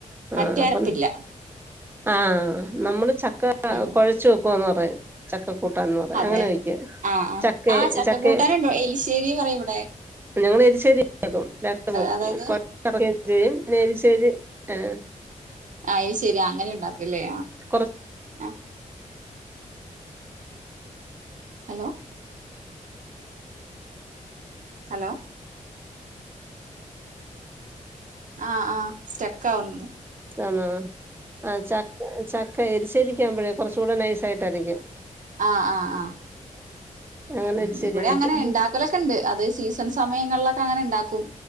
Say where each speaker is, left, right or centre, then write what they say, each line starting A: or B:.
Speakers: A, on the right (about 15°); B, on the right (about 75°).
A: ആ
B: മറ്റേ
A: അപ്പം
B: അരപ്പില്ല
A: ആ നമ്മള് ച ക്ക
B: ഉം
A: കൊഴച്ച് വെക് പോന്നറയും ചക് ക്ക കൂട്ടാൻന്ന് പറയും
B: അതെ
A: അങ്ങനെ കഴിക്കും
B: ആഹ് ആഹ്
A: ചക്കെ
B: ആഹ് ചക്ക
A: ചക്കെ
B: കൂട്ടാനുണ്ടോ എലിശ്ശേരി പറയും ഇവിടെ
A: ഞങ്ങള് എരിശേരി വെ ക്കും ര ണ്ടും വെക്കും <unintelligible>
B: അതായത്
A: ചെയ്യും ന്നെരിശേരി ആ
B: അയ് ശെരി അങ്ങനെ ഉണ്ടാക്കൂല്ലേ
A: കൊറച്ച്
B: അ ഹലോ? ഹലോ ആ ആ സ്റ്റെക്കാവുന്നു.
A: ആണോ ആഹ ച ച ക്കെ എരിശ്ശേരിക്കാവുമ്പോഴേ കുറച്ചുടെ നൈസായിട്ടായിരിക്കും
B: ആഹ് ആഹ് ആഹ്
A: അങ്ങനെ
B: ഉം
A: എരിശ്ശേരി
B: ഇവിടെ
A: വെക്കും
B: അങ്ങനെ ഇണ്ടാക്കലൊക്കെ ഇണ്ട് അത് സീസൺസ് സമയങ്ങളിലൊക്കെ അങ്ങനെ ഉണ്ടാക്കും